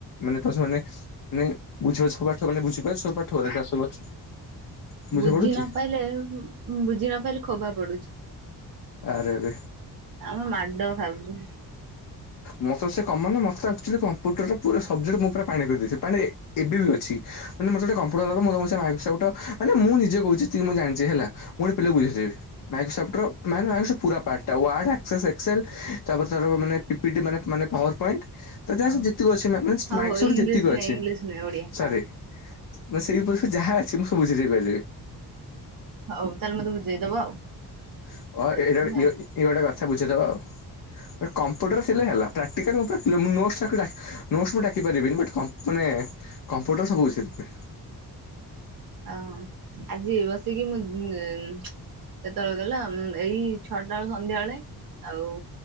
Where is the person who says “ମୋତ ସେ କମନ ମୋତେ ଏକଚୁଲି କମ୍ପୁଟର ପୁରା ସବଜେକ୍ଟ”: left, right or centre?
Left